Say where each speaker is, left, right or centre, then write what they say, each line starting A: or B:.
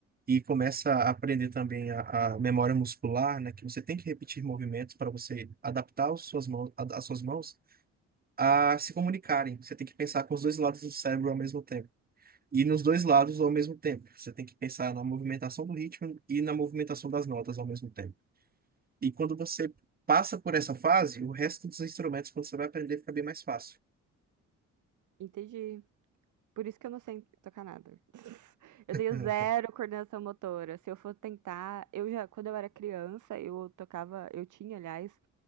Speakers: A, on the right; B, on the right.
A: e começa a aprender também a, a memória muscular, né, que você tem que repetir movimentos para você adaptar as suas mãos, as suas mãos a se comunicarem. Você tem que pensar com os dois lados do cérebro ao mesmo tempo. E nos dois lados ao mesmo tempo. Você tem que pensar na movimentação do ritmo e na movimentação das notas ao mesmo tempo. E quando você passa por essa fase, o resto dos instrumentos, quando você vai aprender, fica bem mais fácil.
B: Entendi. Por isso que eu não sei tocar nada. <laughs> Eu tenho
A: Uhum.
B: zero coordenação motora. Se eu for tentar, eu já, quando eu era criança, eu tocava, eu tinha, aliás,